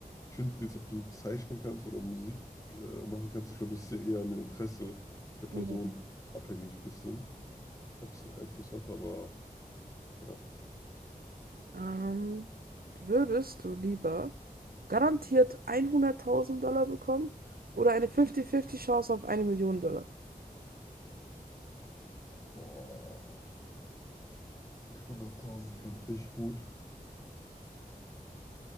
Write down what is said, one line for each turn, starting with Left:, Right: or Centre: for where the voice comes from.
Left: ich finde jetzt, ob du zeichnen kannst oder Musik äh, machen kannst, ich glaube, das ist ja eher ein Interesse der Person
Right: Ja.
Left: abhängig, bisschen, ob es einen Einfluss hat, aber ja.
Right: Ähm, würdest du lieber garantiert 100.000 Dollar bekommen oder eine 50-50 Chance auf eine Million Dollar?
Left: Boah. Die hunderttausend sind halt richtig gut.